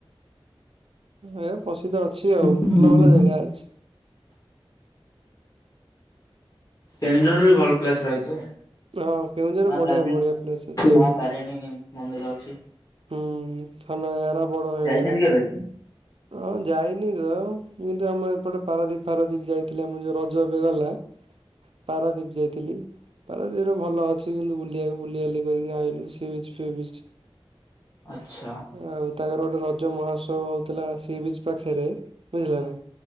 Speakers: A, on the right; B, on the left.
A: ଏ ପ୍ରସିଦ୍ଧ ଅଛି ଆଉ।
B: କେନ୍ଦୁଝର
A: ଭଲ ଭଲ ଜାଗା ଅଛି।
B: କେଉଁଝରରେ ବି ଭଲ ପ୍ଲେସ ରହିଛି।
A: ହଁ, କେଉଁଝରରେ
B: ମା
A: ବଢିଆ
B: ତାରିଣୀ
A: ବଢିଆ ପ୍ଲେସ ଅଛି।
B: ମା ତାରିଣୀ ମନ୍ଦିର ଅଛି।
A: ହୁଁ, ସାନ ଘାଗେରା, ବଡ ଘାଗେରା।
B: ଯାଇଛନ୍ତି କେବେ?
A: ହଁ ଯାଇନି ଏବେ କିନ୍ତୁ ଆମ ଏପଟେ ପାରାଦ୍ୱୀପ ଫାରାଦ୍ୱୀପ ଯାଇଥିଲି, ଆମ ର ଯୋଉ ରଜ ଏବେ ଗଲା। ପାରାଦ୍ୱୀପ ଯାଇଥିଲି। ପାରାଦ୍ୱୀପରେ ଭଲ ଅଛି କିନ୍ତୁ ବୁଲିବାକୁ, ବୁଲି ବାଲି କରିକି ଆଇଲୁ ସି ବିଚ ଫି ବିଚ।
B: ଆଛା।
A: ଆଉ ତାଙ୍କର ଗୋଟେ ରଜ ମହୋତ୍ସବ ହଉଥିଲା, ସି ବିଚ ପାଖରେ ବୁଝିଲ ନା